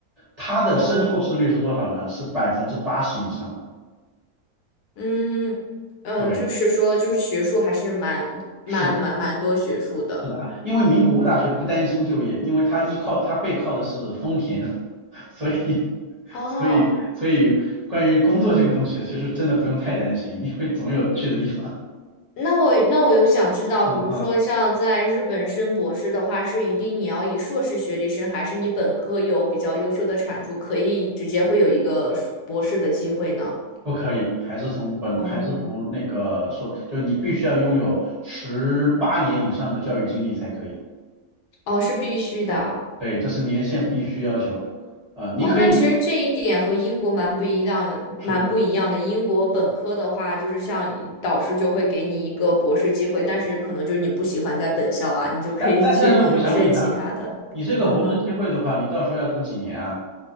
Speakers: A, on the right; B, on the left.
A: 它的升硕士率是多少呢？
B: 哦，
A: 是百分之八十以上。
B: 嗯，呃，
A: 对，
B: 就是说，就是学术还是蛮蛮蛮蛮多学术的。
A: 是是的啊，因为名古屋大学不担心就业，因为它依靠它背靠的是丰田，<laughs> 所以
B: 哦，
A: 所以所以关于工作这个东西，其实真的不用太担心，因为总有去的地方。<laughs>
B: 那我那我有想知道，
A: 嗯嗯，
B: 比如说像在日本升博士的话，是一定你要以硕士学历升，还是你本科有比较优秀的产出，可以直接会有一个硕博士的机会呢？
A: 不可以，还是从本还是从那个说，
B: 哦，
A: 就你必须要拥有十八年以上的教育经历才可以。
B: 哦，是必须的啊。
A: 对，这是年限必须要求。呃，你可以，
B: 哇，那其实这一点和英国蛮不一样，
A: 是的，
B: 蛮不一样的。英国本科的话，就是像导师就会给你一个博士机会，但是可能就你不喜欢在本校啊，你就可以去
A: 但但但是我想问一下，
B: <laughs> 申其他的。
A: 你这个博士机会的话，
B: 嗯哼，
A: 你到时候要读几年啊？